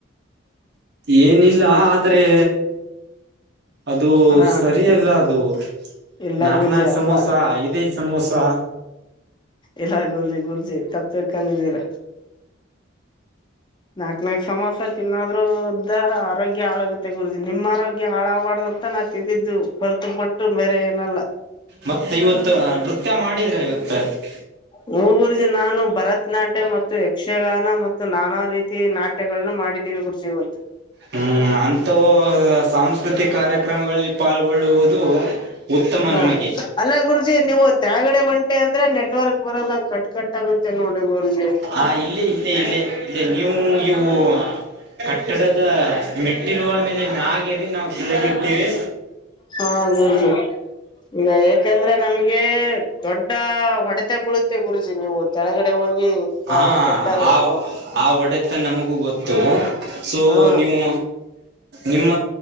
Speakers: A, on the right; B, on the left.
A: ಏನಿಲ್ಲ
B: ಹ್ಮ
A: ಆದ್ರೆ ಅದು
B: ಹ
A: ಸರಿಯಲ್ಲ ಅದು
B: ಇಲ್ಲ
A: ನಾಕ್
B: ಗುರ್ಜಿ
A: ನಾಕ್
B: ಅಲ್ಲ
A: ಸಮೋಸ ಐದೇ ಸಮೋಸಾ
B: ಎಲ್ಲ ಗುರ್ಜಿ ಗುರ್ಜಿ ತಪ್ಪಕ್ಕನಿದ್ದೀರ ನಾಕ್ ನಾಕ್ ಸಮಸರ ತಿನ್ನೋದ್ರಿಂದ ಆರೋಗ್ಯ ಹಾಳಾಗುತ್ತೆ ಗುರುಜ ನಿಮ್ಮ್ ಆರೋಗ್ಯ ಹಾಳಾಗಬಾರ್ದ ತಾನ ತಿಂದಿದ್ದು ವರ್ತೂಪಟ್ಟು ಬೇರೆ ಏನಲ್ಲ
A: ಮತ್ತ ಇವತ್ತು ನೃತ್ಯ <unintelligible>
B: ಹು ಗುರುಜಿ ನಾನು ಭರತನಾಟ್ಯ ಮತ್ತು ಯಕ್ಷಗಾನ ಮತ್ತು ನಾನಾ ರೀತಿ ತಿ ನಾಟ್ಯಗಳನು ಮಾಡಿದ್ದೀನಿ ಗುರುಜೀ ಇವತ್
A: ಹ್ಮ್ ಅಂತವ್ ಸಾಂಸ್ಕೃತಿಕ ಕಾರ್ಯಕ್ರಮಗಳಲ್ಲಿ ಪಾಲ್ಗೊಳ್ಳುವುದು ದು ಉತ್ತಮ
B: ಹ
A: ನಮಗೆ
B: ಅಲ್ಲ ಗುರುಜಿ ನೀವು ತಳಗಡೆ ಒಂಟೆ ಅಂದ್ರೆ ನೆಟ್ವರ್ಕ್ ಬರಲ್ಲ ಕಟ್ ಕಟ್ ಆಗುತ್ತೆ ನೋಡಿ ಗುರುಜಿ
A: ಹಾ ಇಲ್ಲೇ ಇಲ್ಲೇ ಇಲ್ಲೇ ಇಲ್ಲೇ ನೀವು ಇವು ಕಟ್ಟಡದ ಮೆಟ್ಟಿಲುಗಳ ಮೇಲೆ ಮ್ಯಾಗೇರಿ ನಾವು ತಿಳಗಿರ್ತೀವಿ
B: ಹಾ ಗುರೂಜಿ ಈಗ ಯಾಕಂದ್ರೆ ನಮ್ಗೆ ದೊಡ್ಡ ಹೊಡೆತೆ ಬಳತ್ ಗುರೂಜಿ ನೀವು ಕೆಳಗಡೆ ಹೋಗಿ
A: ಹಾ
B: ಕಟ್ಟಾದ್ರೆ
A: ಆ
B: ಫೋನ್
A: ಆ ಹೊಡೆತ ನಮಗೂ ಗೊತ್ತು ಸೊ
B: ಹಾ
A: ನೀವು ನಿಮ್ಮ